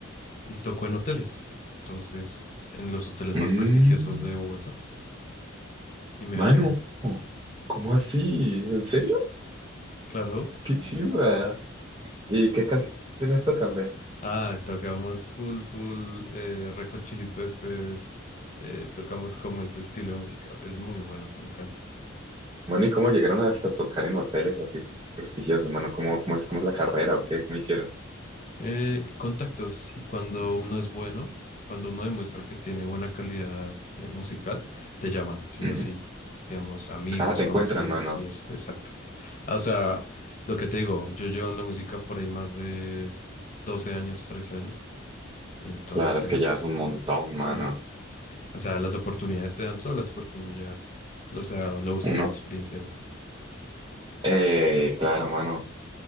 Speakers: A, on the left; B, on the right.
A: y toco en hoteles. Entonces, en los hoteles
B: Mm,
A: más prestigiosos de Bogotá. Y me
B: mano,
A: va bien.
B: ¿cómo así? ¿En serio?
A: Claro,
B: Qué chimba. ¿Y qué canciones tocan, ve?
A: Ah, tocamos full, full, eh, Red Hot Chili Peppers, eh, tocamos como ese estilo de música. Es muy bueno, me encanta.
B: Mano, ¿y cómo llegaron hasta tocar en hoteles así prestigiosos, mano? ¿Cómo, cómo es, cómo es la carrera o qué? ¿Cómo hicieron?
A: Eh, contactos, y cuando uno es bueno, cuando uno demuestra que tiene buena calidad, eh, musical, te llaman, sí
B: Ujú.
A: o sí, digamos, amigos,
B: Ah, te
A: conocidos
B: encuentran, mano.
A: y eso, exacto. Ah, O sea, lo que te digo, yo llevo en la música por ahí más de 12 años, 13 años, y entonces,
B: Claro, es que ya es un montón, mano.
A: ya. O sea, las oportunidades se dan solas porque uno ya, o sea, lo busca
B: Uno,
A: en la experiencia de uno.
B: eh, claro, mano.